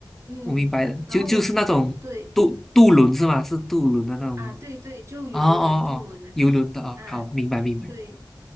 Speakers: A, on the right; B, in the centre.
A: 嗯，
B: 我明白了，
A: 然后我是对
B: 就就是那种渡渡轮是吗？是渡轮的那种。
A: 啊，对对，就游轮、
B: 哦哦哦，
A: 渡轮那种啊，
B: 游轮的哦，好，明白明白。
A: 对。